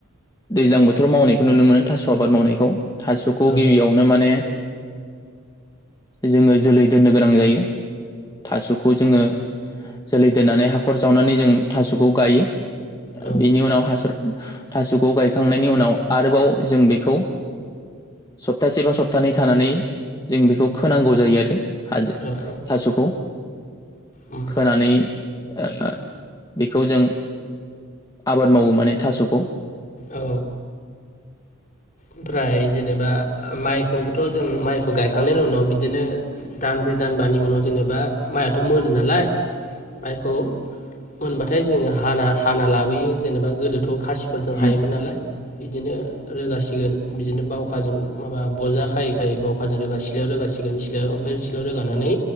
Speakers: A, on the left; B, on the left.
A: दैज्लां बोथोराव मावनायखौ नुनो मोनो थास' आबाद मावनायखौ। थास'खौ
B: औ
A: गिबियावनो माने जोङो जोलै दोननो गोनां जायो। थास'खौ जोङो जोलै दोननानै हाखर जावनानै जों थास'खौ गायो
B: औ
A: बेनि उनाव हासार थास'खौ गायखांनायनि उनाव आरोबाव जों बेखौ सप्तासे बा सप्तानै थानानै जों बेखौ खोनांगौ जायो आरो। हाजो
B: औ औ
A: थास <inaudible>
B: उम,
A: खोनानै ओ बेखौ जों आबाद मावो माने थास'खौ।
B: औ ओमफ्राय जेनेबा माइखौबोथ' जों माइखौ गायखांनायनि उनाव बिदिनो दानब्रै दानबानि उनाव जेनेबा। माइआथ' मोनो नालाय माइखौ मोनबाथाय जोङो हाना हाना लाबोयो जेनेबा गोदोथ'। खासिफोरजों हायोमोन
A: उम
B: नालाय बिदिनो रोगासिनो बिदिनो बावखाजों माबा बजा खायै खायै बावखाजों रोगा सिलायाव रोगासिगोन सिलायाव ओमफ्राय सिलायाव रोगानानै